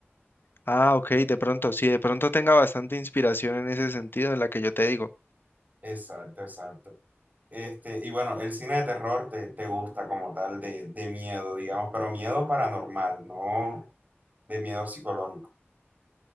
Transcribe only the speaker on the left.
Ah, ok, de pronto, sí, de pronto tenga bastante inspiración en ese sentido en la que yo te digo.